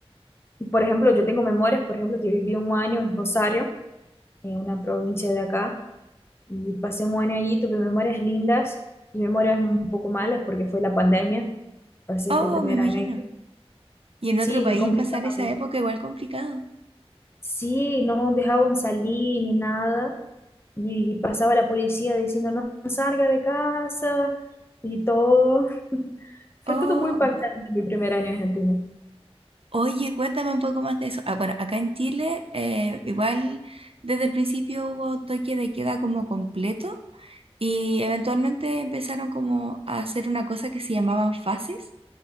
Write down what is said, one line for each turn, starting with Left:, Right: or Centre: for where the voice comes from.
Left: por ejemplo, yo tengo memorias, por ejemplo, que viví un año en Rosario, en una provincia de acá y pasé un año allí, tuve memorias lindas y memorias un poco malas porque fue la pandemia, pasé
Right: Oh,
Left: este primer
Right: me imagino.
Left: año allí.
Right: Y en
Left: Sí,
Right: otro país
Left: fue complicado.
Right: pasar esa época igual complicado.
Left: Sí, no dejaban salir ni nada y, pasaba la policía diciendo no no salga de casa y todo. <laughs> Fue
Right: Oh,
Left: todo muy impactante mi primer año en Argentina.
Right: oye, cuéntame un poco más de eso. Ah, bueno, acá en Chile eh, igual desde el principio hubo toque de queda como completo. Y eventualmente empezaron como a hacer una cosa que se llamaban fases,